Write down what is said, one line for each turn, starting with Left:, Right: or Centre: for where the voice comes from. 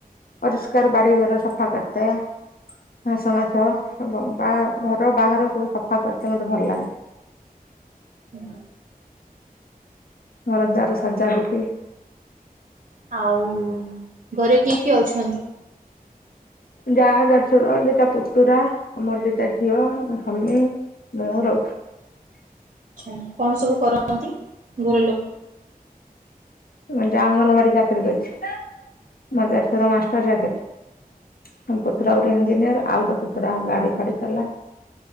Left: ପରିଷ୍କାର ବାାରଘର ସଫା କରିଥାଏ ଘାସ ମାଛ ବା ଘର ବାହାର ସବୁ ସଫା କରିଛେ ମତେ ଭଲ ଲାଗେ।
Right: ହୁଁ।
Left: ଘରଦ୍ୱାର ସଜା ବିଛି
Right: ଆଉ ଘରେ କିଏ କିଏ ଅଛନ୍ତି?
Left: ଯା ଦେଢଶୁର ଦିଟା ପୁତୁରା ଆ ମୋର ଦିଟା ଝିଅ ମୋ ସାମୀ। ମୋର
Right: ଆଚ୍ଛା କଣ ସବୁ କରନ୍ତି ଘର ଲୋକ?
Left: ମୋ ଜା ଅଙ୍ଗନବାଡ଼ି ଚାକିରି କରିଛି ମଦେଢୁଶୁର ମାଷ୍ଟର ଚାକିରି ଆଉ ପୁତୁରା ଗୋଟେ ଇଞ୍ଜିନିୟର ଆଉ ଗୋଟେ ପୁତୁରା ଗାଡ଼ି ଫାଡ଼ି ଚଲା